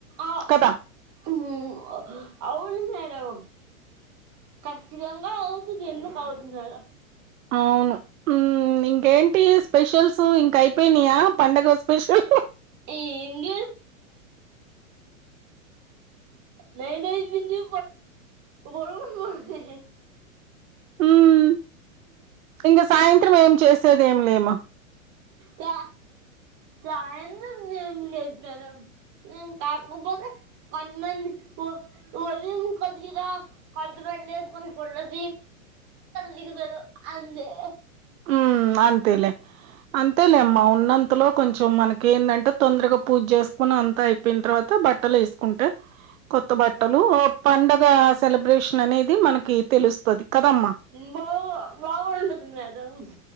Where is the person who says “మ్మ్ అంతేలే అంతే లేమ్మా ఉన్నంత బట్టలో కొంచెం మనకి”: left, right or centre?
Right